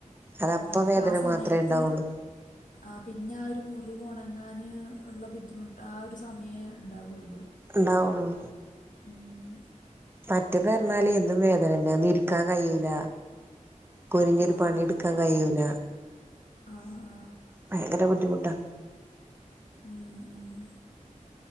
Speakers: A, on the right (about 15°); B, on the left (about 70°).
A: അത്
B: ആ
A: അപ്പ
B: നമുക്ക്
A: വേദന
B: ആ സമയത്ത്
A: മാത്രമേ ഉണ്ടാവുള്ളൂ
B: ആ പിന്നെ ആ ഒരു മുറിവ് ഉണങ്ങാന് ഉള്ള ബുദ്ധിമുട്ട് ആ ഒരു സമയേ ഉണ്ടാവുള്ളൂ
A: ഉണ്ടാവുള്ളു
B: ഉം
A: മറ്റേ പറഞ്ഞാല്
B: അതെ
A: എന്നും വേദന ന്നെ ആരിക്കും ക്ക കഴിയൂല കുനിഞ്ഞൊരു
B: ആ
A: പണിടുക്കാൻ കയിയൂല
B: ആ ആ
A: ഭയങ്കര ബുദ്ധിമുട്ടാ.
B: ഉം ഉം